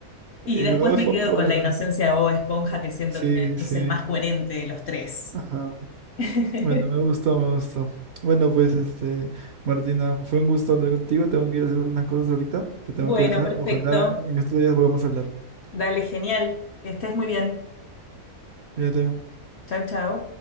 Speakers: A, on the left; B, on the right.
A: Y
B: Y
A: después
B: luego de
A: me
B: Esponja,
A: quedo
B: bueno.
A: con la inocencia de Bob Esponja, que siento
B: Sí,
A: que es
B: sí.
A: el más coherente de los tres.
B: Ajá.
A: <laughs>
B: Bueno, me gustó, me gustó. Bueno, pues, este, Martina, fue un gusto hablar contigo. Tengo que ir a hacer unas cosas ahorita. Te tengo
A: Bueno,
B: que dejar.
A: perfecto.
B: Ojalá en estos días volvamos a hablar.
A: Dale, genial. Que estés muy bien.
B: fíjate
A: Chau, chau.